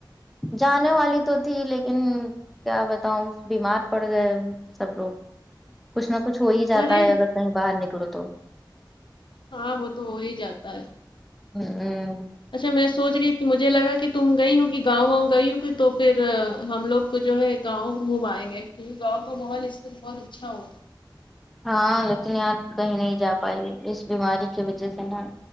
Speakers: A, in the centre; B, on the left.
A: جانے والی تو تھی لیکن کیا بتاؤں بیمار پڑ گئے سب لوگ کچھ نہ کچھ ہو ہی جاتا
B: ارے
A: ہے اگر کہیں باہر نکلو تو
B: ہاں وہ تو ہو ہی جاتا ہے
A: ہوں
B: اچھا میں سوچ رہی تھی مجھے لگا تم گئی ہو کہ گاؤں گئی ہو کہ تو پھر ہم لوگ کو جو ہے گاؤں گھمائیں گے کی گاؤں کا ماحول اس سے بہت اچھا ہوگا
A: ہاں لیکن یار کہیں نہیں جا پائی اس بیماری کی وجہ سے نا